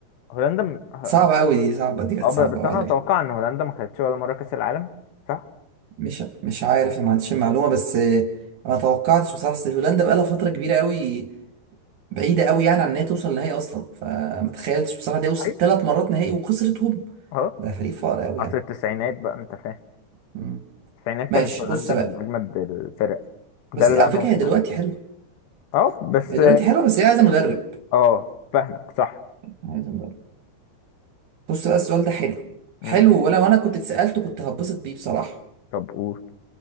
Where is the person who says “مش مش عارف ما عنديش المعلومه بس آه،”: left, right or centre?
Right